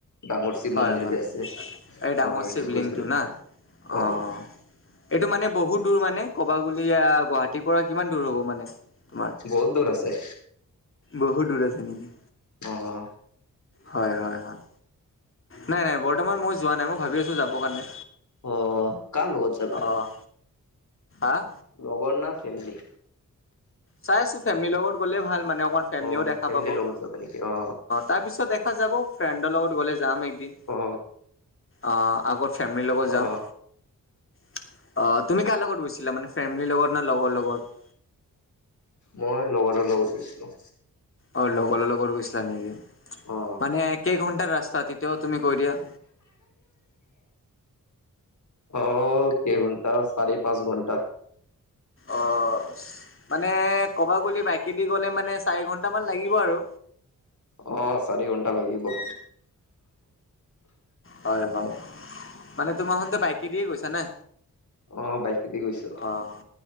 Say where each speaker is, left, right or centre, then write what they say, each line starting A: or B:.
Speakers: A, on the left; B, on the left.
A: ডাঙৰ শিৱ
B: হয়
A: মন্দিৰ
B: হয়
A: যে আছে, অ',
B: এই ডাঙৰ
A: সেইটোত
B: শিৱলিংটো
A: গৈছিলোঁ, অ',
B: না অঁ
A: অ'।
B: এইটো মানে বহুত দূৰ মানে, কবা গ'লে, গুৱাহাটীৰ পৰা কিমান দূৰ হ'ব মানে তোমাৰ?
A: বহুত দূৰ আছে।
B: বহুত দূৰ আছে নেকি?
A: অহ।
B: হয় হয় হয়, নাই নাই, বৰ্তমান মই যোৱা নাই, মই ভাবি আছোঁ যাবৰ কাৰণে।
A: অ কাৰ লগত যাবা
B: অ', আহ?
A: লগৰ না ফেমিলি?
B: চাই আছোঁ, ফেমিলিৰ লগত গ'লে ভাল মানে, অকণমান ফেমিলিও
A: অ
B: দেখা
A: ফেমিলিৰ
B: পাব, অ'।
A: লগত যাবা নেকি অ
B: তাৰপিছত দেখা যাব, ফ্ৰেণ্ডৰ লগত গ'লে যাম একদিন।
A: অ
B: অ', আগত ফেমিলিৰ লগত
A: অ
B: যাম। অ', তুমি কাৰ লগত গৈছিলা? মানে ফেমিলিৰ লগত না লগৰ লগত?
A: মই লগৰৰ লগত গৈছিলোঁ।
B: অ', লগৰৰ লগত গৈছিলা নেকি?
A: অ
B: মানে কেই ঘণ্টাৰ ৰাস্তা তেতিয়াও তুমি কৈ দিয়া।
A: অ', কেই ঘণ্টা? চাৰি পাঁচ ঘণ্টা।
B: অ', মানে ক'বা গ'লে, বাইকেদি গ'লে মানে, চাৰি ঘন্টা মান লাগিব আৰু।
A: অ', চাৰি ঘণ্টা লাগিব।
B: হয় হয়, মানে তোমাৰ <unintelligible> বাইকে দিয়েই গৈছা না?
A: অ বাইকেদি গৈছো
B: অহ,